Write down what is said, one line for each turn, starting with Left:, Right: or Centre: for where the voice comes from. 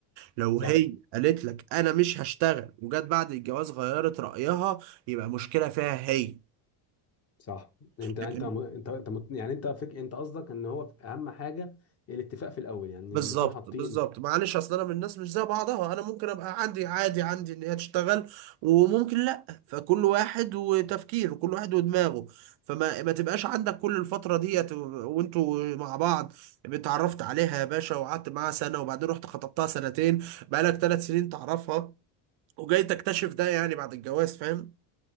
Right: لو
Left: صح
Right: هي قالت لك انا مش هشتغل وجت بعد الجواز غيرت رايها يبقى مشكله فيها هي
Left: صح انت انت
Right: لكن
Left: م- انت انت مت- يعني انت فك... انت قصدك ان هو اهم حاجه الاتفاق في الاول يعني
Right: بالظبط
Left: نكون حاطين
Right: بالظبط معلش اصل انا من الناس مش زي بعضها انا ممكن ابقى عندي عادي عندي ان هي تشتغل وممكن لا فكل واحد وتفكيره كل واحد ودماغه فما ما تبقاش عندك كل الفتره ديت وانتوا مع بعض اتعرفت عليها يا باشا وقعدت معاها سنه وبعدين رحت خطبتها سنتين بقالك ثلاث سنين تعرفها وجاي تكتشف ده يعني بعد الجواز فاهم